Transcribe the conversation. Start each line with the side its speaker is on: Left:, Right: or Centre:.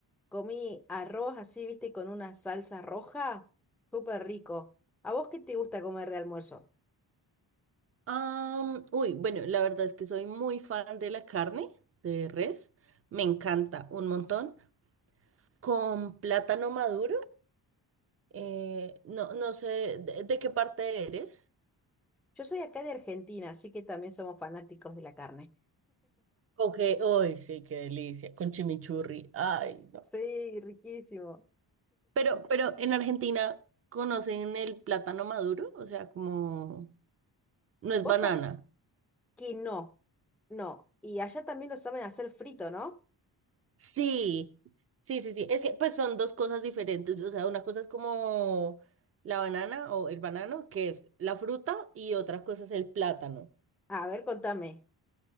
Centre: Comí arroz así, viste, con una salsa roja. Súper rico. ¿A vos qué te gusta comer de almuerzo?
Right: Am, uy, bueno, la verdad es que soy muy fan de la carne de res, me encanta un montón, con plátano maduro, eh, no, no sé, ¿de, de qué parte eres?
Centre: Yo soy acá de Argentina, así que también somos fanáticos de la carne.
Right: Ok, uy, sí, qué delicia, con chimichurri, ay, no.
Centre: Sí, riquísimo.
Right: Pero, pero en Argentina conocen el plátano maduro, o sea, como no es
Centre: Vos
Right: banana.
Centre: sabés que no, no. Y allá también lo saben hacer frito, ¿no?
Right: Sí, sí, sí, sí. Es que pues son dos cosas diferentes. O sea, una cosa es como la banana o el banano, que es la fruta, y otra cosa es el plátano.
Centre: A ver, contame.